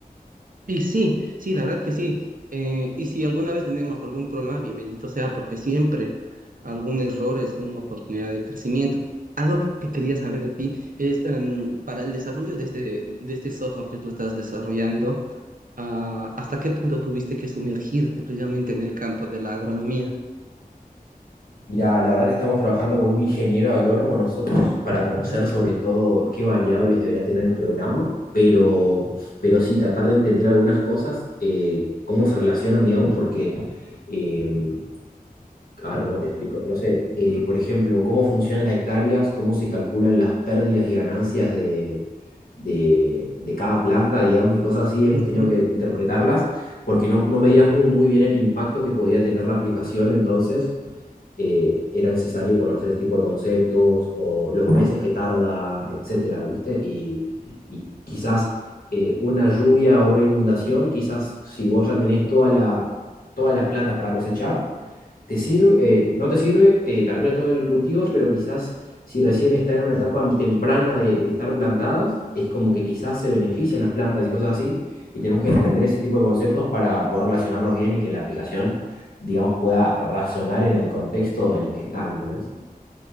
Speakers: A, on the right; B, on the left.
A: Y sí, sí, la verdad que sí. Eh, y si alguna vez tenemos algún problema, bienvenido sea, porque siempre algún error es una oportunidad de crecimiento. Algo que quería saber de ti es, em, para el desarrollo de este, de este software que tú estás desarrollando, ah, ¿hasta qué punto tuviste que sumergirte precisamente en el campo de la agronomía?
B: Mira, la verdad que estamos trabajando con un ingeniero agrónomo nosotros para conocer
A: Ujú,
B: sobre todo qué variables debería tener el programa, pero, pero sí tratar de entender algunas cosas, eh, cómo se relacionan, digamos, porque em, a ver, ¿cómo te explico? No sé, eh, por ejemplo, cómo funcionan las hectáreas, cómo se calculan las pérdidas y ganancias de, de, de cada planta, digamos, y cosas así, hemos
A: ujú.
B: tenido que interpretarlas, porque no, no medías muy, muy bien el impacto que podía tener la aplicación, entonces eh, era necesario conocer ese tipo de conceptos o los meses que tarda, etcétera, ¿viste? Y, y quizás eh, una lluvia o una inundación, quizás si vos ya tenés toda la, todas las plantas para cosechar, te sirve, eh, no te sirve, te, te arruina todo el cultivo, pero quizás si recién está en una etapa temprana de, de estar plantadas, es como que quizás se benefician las plantas y cosas así, y tenemos que entender ese tipo de conceptos para poder relacionarlos bien y que la aplicación, digamos, pueda razonar en el contexto en el que están ¿entendés?